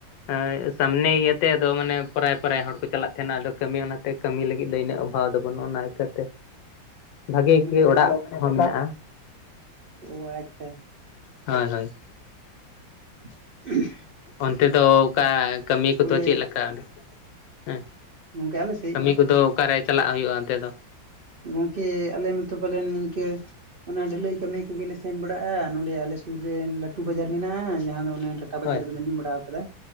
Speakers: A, on the left (about 75°); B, on the right (about 65°).
A: ᱦᱳᱭ ᱥᱟᱢᱱᱮ ᱤᱭᱟᱹᱛᱮ ᱟᱫᱚ ᱢᱟᱱᱮ ᱯᱚᱨᱟᱭ ᱯᱚᱨᱟᱭ ᱦᱚᱲ ᱠᱚ ᱪᱟᱞᱟᱜ ᱛᱟᱦᱮᱱᱟ ᱟᱫᱚ ᱠᱟᱹᱢᱤ ᱚᱱᱟᱛᱮ ᱠᱟᱹᱢᱤ ᱞᱟᱹᱜᱤᱫ ᱫᱚ ᱤᱱᱟᱹᱜ ᱚᱵᱷᱟᱵᱽ ᱫᱚ ᱵᱟᱹᱱᱩᱜᱼᱟ ᱚᱱᱟ ᱤᱠᱟᱹᱛᱮ ᱵᱷᱟᱜᱤ
B: ᱚ ᱢᱟᱱᱮ
A: ᱜᱮ
B: ᱴᱟᱠᱟ
A: ᱚᱲᱟᱜ ᱦᱚᱸ ᱢᱮᱱᱟᱜᱼᱟ
B: ᱚ ᱟᱪᱪᱷᱟ
A: ᱦᱚᱭ ᱦᱚᱭ
B: <inaudible>
A: ᱚᱱᱛᱮ ᱫᱚ ᱚᱠᱼᱟ ᱠᱟᱹᱢᱤ ᱠᱚᱫᱚ
B: ᱵᱚᱞᱮ
A: ᱪᱮᱫ ᱞᱮᱠᱟ ᱦᱮᱸ
B: ᱜᱚᱝᱠᱮ ᱟᱞᱮ ᱥᱮᱡ
A: ᱠᱟᱹᱢᱤ ᱠᱚ ᱫᱚ ᱚᱠᱟᱨᱮ ᱪᱟᱞᱟᱜ ᱦᱩᱭᱩᱜᱼᱟ ᱚᱱᱛᱮ ᱫᱚ?
B: ᱜᱚᱝᱠᱮ ᱟᱞᱮ ᱢᱟᱛᱚ ᱯᱟᱞᱮᱱ ᱱᱤᱝᱠᱟᱹ ᱚᱱᱟ ᱰᱷᱟᱹᱞᱟᱹᱭ ᱠᱟᱹᱢᱤ ᱠᱚᱜᱮᱞᱮ ᱥᱮᱱ ᱵᱟᱲᱟᱜᱼᱟ ᱱᱚᱸᱰᱮ ᱟᱞᱮ ᱥᱩᱨ ᱨᱮ ᱞᱟᱹᱴᱩ ᱵᱟᱡᱟᱨ ᱢᱮᱱᱟᱜᱼᱟ ᱡᱟᱦᱟᱸ ᱫᱚ ᱴᱟᱴᱟ ᱵᱟᱡᱟᱨ
A: ᱦᱳᱭ
B: ᱵᱤᱱ ᱟᱸᱡᱚᱢ ᱵᱟᱲᱟ ᱠᱟᱫᱼᱟ?